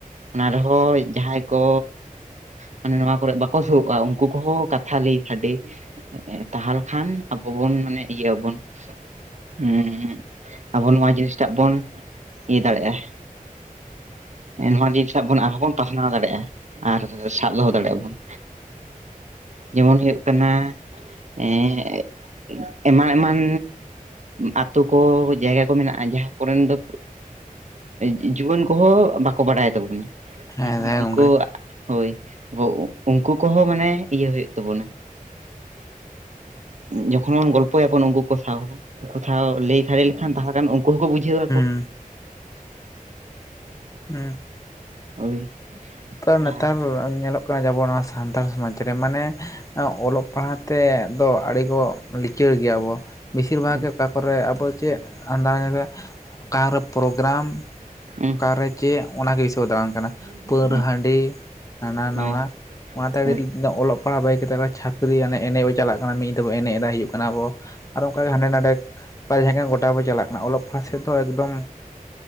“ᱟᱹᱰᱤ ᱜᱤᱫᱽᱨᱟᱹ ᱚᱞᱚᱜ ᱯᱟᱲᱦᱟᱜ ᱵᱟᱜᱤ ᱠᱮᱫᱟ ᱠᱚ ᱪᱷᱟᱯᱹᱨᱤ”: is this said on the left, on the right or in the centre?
Left